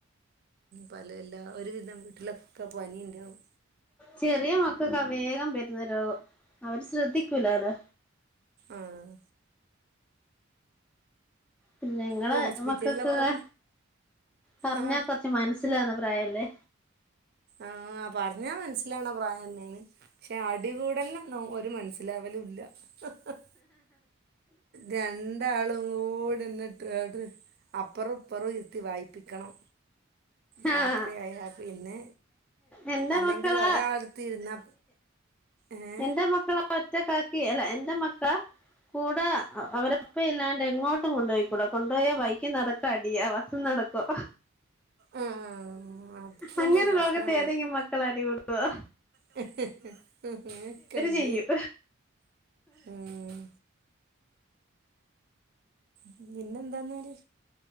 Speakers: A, on the right; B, in the centre.
A: പലേല്ല ഒരുവിധം വീട്ടിലൊക്കെ പനി ഇണ്ടാവും
B: ചെറിയ മക്കൊക്കെ വേഗം വരുന്നേ രോഗം അവര് ശ്രദ്ധിക്കൂലാലോ
A: ആഹ്
B: പിന്നെ ങ്ങളെ
A: ഹോസ്പിറ്റലിലൊക്കെ
B: മക്കൾകൊക്കെ പറഞ്ഞാ
A: ആ
B: കുറച്ച് മനസ്സിലാന്ന പ്രായല്ലേ
A: ആഹ പറഞ്ഞാൽ മനസ്സിലാവ്ണ പ്രായന്നേ പക്ഷെ അടികൂടെലിൻ ഒന്നും ഒരു മനസിലാവലുല്ല ഹഹഹ രണ്ടാളും <unintelligible> അപ്പറം ഇപ്പറം ഇരുത്തി വായിപ്പിക്കണം രാത്രി
B: ആഹ്
A: ആയാൽ പിന്നെ
B: എന്റെ
A: അല്ലെങ്കിൽ
B: മക്കളാ
A: ഒരാളടുത്ത് ഇരുന്നാ ഏ
B: എന്റെ മക്കളാ ക്കാക്കി അല്ല എന്റെ മക്ക കൂടെ അവരപ്പ ഇല്ലാണ്ട് എങ്ങോട്ട് കൊണ്ടുപോയിക്കൂടാ കൊണ്ടുപോയ ബൈക്കിനടക്കം അടിയാ വയ്ക്ക്നടക്കം
A: ആ അതന്നെ
B: അങ്ങനെ
A: പ്രശ്നം
B: ലോകത്തെ ഏതെങ്കിലും മക്കള അടികൂടുവാ
A: <unintelligible> ക്കെണ്ട്
B: ചെയ്യും
A: ഉം പിന്നെ എന്താന്നാല്